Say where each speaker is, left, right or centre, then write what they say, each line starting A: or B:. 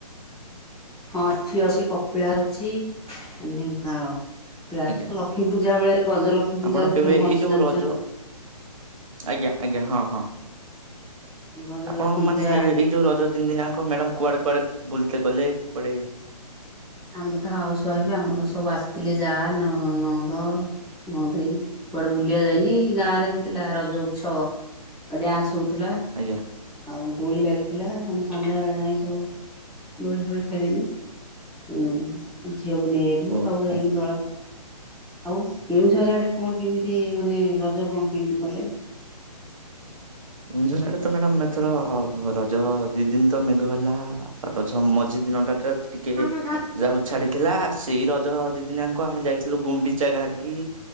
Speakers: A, in the centre; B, on the right.
A: ହଁ ଏଠି ଅଛି କପିଳା ଅଛି। ଢେଙ୍କାଳ ଅପିଳାସ
B: ଆଜ୍ଞା
A: ଲକ୍ଷ୍ମୀ ପୂଜା ବେଳେ ଗଜ ଲକ୍ଷ୍ମୀ ପୂଜା
B: ଆପଣ
A: ତ
B: କେବେ
A: ଫେମସ୍
B: ଏଇ ଯୋଉ
A: ଜାଣିଚନ୍
B: ରଜ ଆଜ୍ଞା ଆଜ୍ଞା ହଁ ହଁ।
A: ଗଜଲକ୍ଷ୍ମୀ
B: ଆପଣଙ୍କ ମାନେ
A: ପୂଜା
B: ଏଇ ଯୋଉ ରଜ ତିନି ଦିନାଙ୍କ ମ୍ୟାଡାମ୍ କୁଆଡେ କୁଆଡେ ବୁଲତେ ଗଲେ କୁଆଡେ
A: ଆମେ ତ ହାଉସ ୱାଇଫ୍ ଆମର ସବୁ ଆସିଥିଲେ ଯା ନ ନଣନ୍ଦ ନଣଦେଇ କୁଆଡେ ବୁଲିବା ଯାଇନି ଏଇ ଗାଁ ରେ ହେଇଥିଲା ରଜ ଉଛବ ଆ ଡ୍ୟାନ୍ସ୍ ହଉଥିଲା।
B: ଆଜ୍ଞା
A: ଆଉ ଦୋଳି ଲାଗିଥିଲା ଆମେ ସନ୍ଧ୍ୟା ବଳେ ଯାଇଁ ସବୁ ଦୋଳି ଫୋଳି ଖେଳିନୁ। ଉଁ ଝିଅକୁ ନେଇ ଯାଇଥିନି।
B: ଓ
A: ସବୁ ଯାଇକି
B: ଓ
A: ଦୋଳ ଆଉ କେଉଁଝର୍ ଆଡେ କଣ କିମିତି ମାନେ ରଜ କଣ କିମିତି କଲେ?
B: କେଉଁଝର୍ ଆଡେ ତ ମ୍ୟାଡ଼ାାମ ଏଥର ରଜ ଦି ଦିନ ତ ମେଘ ହେଲା ରଜ ମଝି ଦିନଟା ଟ୍ରା ଟିକେ
A: ହଁ
B: ଯାହଉ ଛାଡିଥିଲା ସେଇ ରଜ ଦିଦିନିଆଙ୍କ କୁ ଆମେ ଯାଇଥିଲୁ ଗୁଣ୍ଡିଚା ଘାଗି